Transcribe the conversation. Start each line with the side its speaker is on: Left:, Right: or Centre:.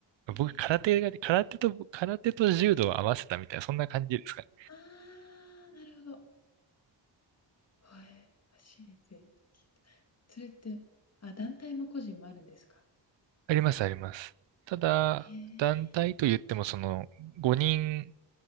Right: 僕空手が、
Left: え
Right: 空手と、空手と柔道を合わせたみたいな、そんな感じですかね。
Left: あー、なるほど。はい、初めて聞いた。それって、あ、団体も個人もあるんですか
Right: あります、あります。ただ、
Left: へえ。
Right: 団体と言ってもその5人、